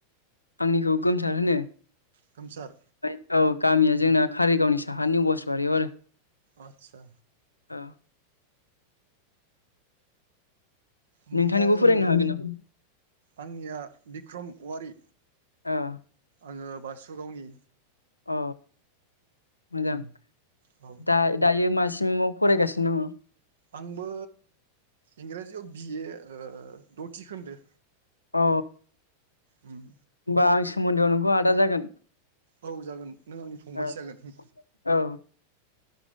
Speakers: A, on the left (about 80°); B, on the right (about 60°).
A: आंनिखौ गोमसार होनो ओफ्राय
B: खोमसार
A: औ गामिया जोंना कारिगावनि साहानि बसबारियाव आरो।
B: आतचा।
A: औ
B: ओमफ्राय
A: नोंथांनिखौ
B: ओरैनो
A: फोरोंनो हागोन नामा
B: आंनिया बिक्रम औवारि।
A: औ
B: आङो बासुगावनि।
A: अ मोजां
B: औ
A: दा दायो मासे फुंआव फरायगासिनो दङ।
B: आंबो इंराजियाव बिए ओ। दथि खोन्दो
A: अ।
B: ओम।
A: आं सोमोन्दोआव नोंखौ आदा जागोन।
B: औ जागोन नों आंनि फंबायसो
A: औ
B: जागोन।